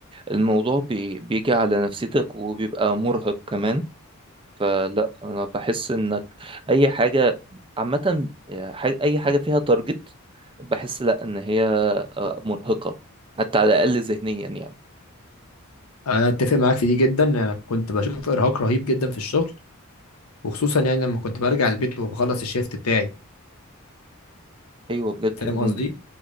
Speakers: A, on the right; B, on the left.
A: الموضوع بي بيجي على نفسيتك وبيبقى مرهق كمان فلا انا بحس انك اي حاجه عامه يعني حاجة- اي حاجه فيها تارجت بحس لا ان هي آه، مرهقه حتى على الاقل ذهنيا يعني
B: انا اتفق معاك في دي جدا انا كنت بشوف ارهاق رهيب جدا في الشغل وخصوصا يعني لما كنت برجع البيت وبخلص الشيفت بتاعي
A: ايوه بجد
B: فاهم
A: الم-
B: قصدي